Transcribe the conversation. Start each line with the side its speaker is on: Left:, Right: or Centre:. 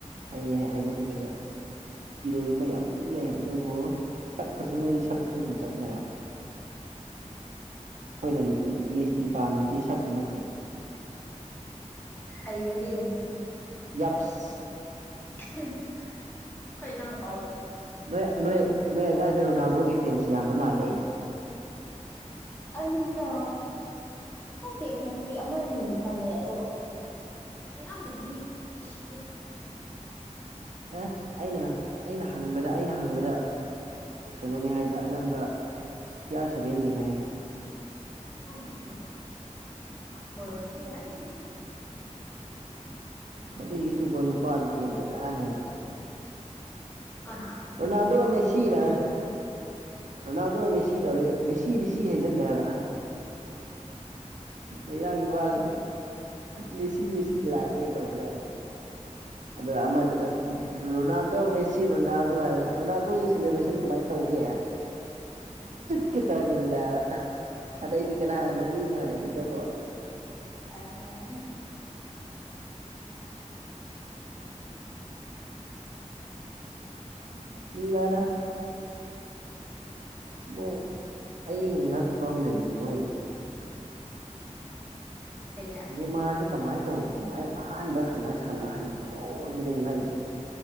Right: ꯍ ꯍꯩꯕꯕꯨꯗꯤ ꯑꯗꯣ ꯀꯤꯂꯣꯒꯨꯝꯕ ꯌꯥꯝ ꯊꯤꯅꯩ ꯑꯗꯨꯕꯨ ꯁꯛꯇꯁꯨ ꯅꯣꯏꯗꯤ ꯁꯛꯇꯁꯨ ꯑꯗꯨꯝ ꯆꯠꯅꯩꯕ ꯑꯩꯈꯣꯏꯅ ꯃꯦꯁꯤ ꯄꯥꯝꯃꯤꯁꯤꯗꯤ ꯁꯛꯀꯤ ꯅꯠꯇꯦ
Left: ꯈꯥꯏ ꯂꯩꯒ
Right: ꯌꯥꯞꯁ
Left: ꯑꯩꯈꯣꯏ ꯅꯅ
Right: ꯅꯣꯏ ꯅꯣꯏ ꯅꯣꯏ ꯑꯗꯥꯏꯗ ꯔꯣꯅꯥꯜꯗꯣꯒꯤ ꯐꯦꯟꯁꯦ ꯌꯥꯝꯕ ꯃꯥꯜꯂꯦ
Left: ꯑꯩꯅ ꯁꯨꯝ ꯀꯦ ꯀꯩ ꯑꯃꯅꯤꯅꯤ ꯈꯪꯉꯦ ꯑꯗꯣ ꯑꯌꯥꯝꯕꯗꯤꯁꯤ
Right: ꯑꯦ ꯑꯩꯅ ꯑꯩꯅ ꯍꯪꯕꯗ ꯑꯩꯅ ꯍꯪꯕꯗ ꯀꯩꯅꯣꯅꯦ ꯍꯥꯏꯅ ꯑꯅꯝꯕ ꯁꯤ ꯑꯥꯔ ꯁꯚꯦꯟꯒꯤꯅꯦ ꯍꯥꯏꯅ
Left: ꯑꯣꯣꯔꯗ ꯌꯥꯔ
Right: ꯃꯗꯨ ꯌꯨꯇꯨꯕꯔ ꯅꯨꯄꯥꯗꯨꯁꯨꯅꯦ ꯕꯦꯔꯥꯅꯦꯕ
Left: ꯀꯅꯥ
Right: ꯎꯟꯅ ꯑꯗꯨꯔ ꯃ ꯁꯤꯤꯔ ꯔꯣꯅꯥꯜꯗꯣꯝꯃꯦ ꯁꯤ ꯇꯧꯔꯒꯦ ꯔꯤꯁꯤ ꯔꯤꯁꯤ ꯍꯩꯖꯤꯜꯂꯦ ꯍꯥꯏꯕ ꯃꯌꯥꯡꯒꯤ ꯋꯥꯁꯦ ꯃꯦꯁꯤ ꯃꯦꯁꯤ ꯂꯥꯁꯇ ꯇꯧꯕꯖꯥꯏ ꯑꯗꯣ ꯑꯃꯗꯅ ꯔꯣꯅꯥꯜꯗꯣ ꯃꯦꯁꯤ ꯔꯣꯅꯥꯜꯗꯣ ꯍꯥꯏꯔ ꯔꯣꯅꯥꯜꯗꯣꯒꯤ ꯁꯦꯂꯦꯕ꯭ꯔꯦꯁꯟ ꯀꯃꯥꯏꯅ ꯇꯧ ꯇꯒꯦ ꯆ ꯇꯁꯤꯜꯂꯕ ꯑꯗꯩꯗꯤ ꯀꯅꯥꯅ ꯄꯨꯅꯤꯡꯉ ꯑꯗꯨꯗꯕꯣ
Left: ꯑꯔꯕꯥꯅꯤ ꯑꯣ
Right: ꯏ ꯂꯅ ꯃꯣꯏ ꯑꯩꯅ ꯉꯛꯄ ꯑꯃ ꯂꯩꯔꯤ ꯃꯣꯏ
Left: ꯀꯩꯗ
Right: ꯅꯦꯃꯥꯔꯁꯦ ꯀꯃꯥꯏꯅ ꯇꯧꯅꯣ ꯀꯃꯥꯏ ꯑꯍꯥꯟꯕꯗ ꯀꯃꯥꯏꯅ ꯁꯥꯟꯅꯍꯟꯗ꯭ꯔꯤꯅꯣ ꯁꯤꯅ ꯉꯛꯏꯁꯦ